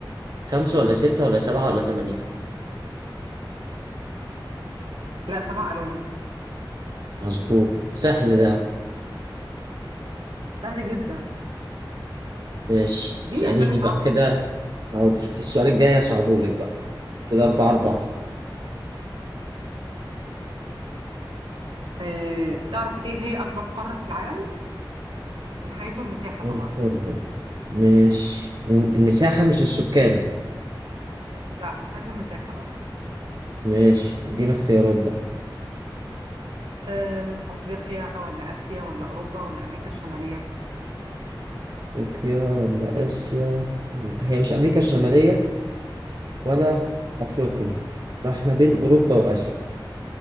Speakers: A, on the right; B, on the right.
A: خمسة ولا ستة ولا سبعة ولا تمانية
B: لا سبع ألوان
A: مظبوط سهل ده
B: سهل جدا
A: ماشي
B: اديني
A: اسأليني
B: أسئلة صعبة
A: بقى كده حاضر السؤال الجاي هصعبهولك بقى كده أربعة أربعة
B: اه تعرف ايه هي أكبر قارة في العالم من حيث المساحة
A: القارة
B: طبعا
A: ماشي المساحة مش السكان
B: لا من حيث المساحة اه
A: ماشي ادينا اختيارات بقى
B: أم، أفريقيا ولا آسيا ولا أوروبا ولا أمريكا الشمالية
A: أفريقيا ولا آسيا هي مش أمريكا الشمالية ولا أفريقيا
B: أيوة.
A: فاحنا بين أوروبا وآسيا